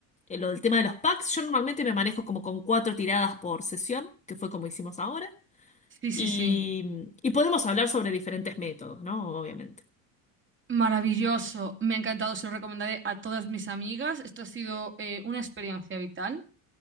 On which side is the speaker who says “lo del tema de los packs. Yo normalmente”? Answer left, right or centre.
Left